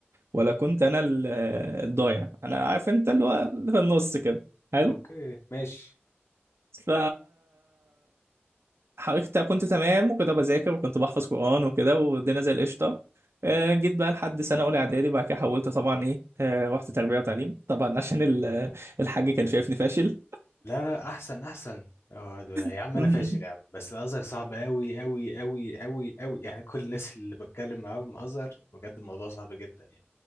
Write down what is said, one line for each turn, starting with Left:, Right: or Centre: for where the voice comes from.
Right: ولا كنت
Left: أوكي
Right: أنا ال- الضايع أنا عارف أنت اللي هو اللي في النص كده حلو
Left: أوكي ماشي
Right: ف حضرتك كنت تمام وكده بذاكر وكنت بحفظ قرآن وكده والدنيا زي القشطة آه، جيت بقى لحد سنة أولى إعدادي بعد كده حولت طبعا إيه آه، رحت تربية وتعليم طبعا عشان ال- الحاج
Left: أوكي
Right: كان شايفني فاشل
Left: لا لا أحسن أحسن أه ده- يا
Right: <laughs>
Left: عم
Right: م-
Left: أنا فاشل يا عم بس الأزهر صعب أوي أوي أوي أوي أوي يعني كل الناس اللي بتكلم معاهم أزهر بجد الموضوع صعب جدا يعني